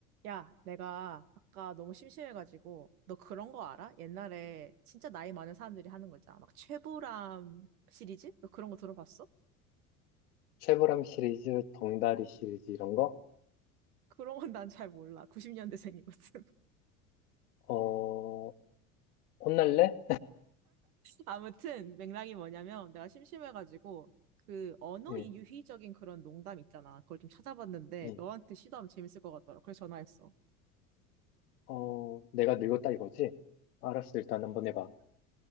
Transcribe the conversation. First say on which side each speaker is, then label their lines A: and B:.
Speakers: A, on the right; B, on the left.
A: 야, 내가 아까 너무 심심해가지고, 너 그런 거 알아? 옛날에 진짜 나이 많은 사람들이 하는 거 있잖아. 막 최불암 시리즈? 너 그런 거 들어봤어?
B: 쉐보람 시리즈, 덩다리 시리즈 이런 거?
A: 그런 건 난 잘 몰라. 90년대생이거든. <laughs>
B: 어, 혼날래?
A: 아무튼 맥락이 뭐냐면 내가 심심해가지고 그 언어
B: 응,
A: 이유희적인 그런 농담 있잖아. 그걸 좀 찾아봤는데
B: 응.
A: 너한테 시도하면 재밌을 것 같더라. 그래서 전화했어.
B: 어, 내가 늙었다 이거지? 알았어, 일단 한번 해봐.